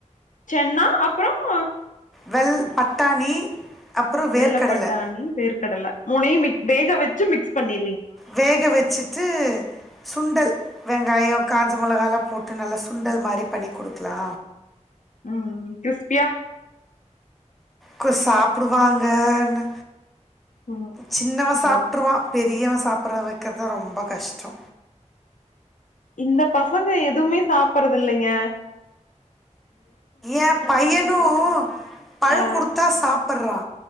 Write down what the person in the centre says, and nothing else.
வெள் பட்டாணி அப்புறம் வேர்க்கடலை
வேக வச்சுட்டு சுண்டல் வெங்காயொ காஞ்ச மொளகாலா போட்டு நல்லா சுண்டல் மாரி பண்ணி குடுக்லா
கு சாப்டுவாங்கன்னு
சின்னவ சாப்ட்ருவா
பெ ரியவ சாப்புற வக்கற்தா ரொம்ப கஷ்டொ
ஏ பையனு பழ
குடுத்தா சாப்புர்றா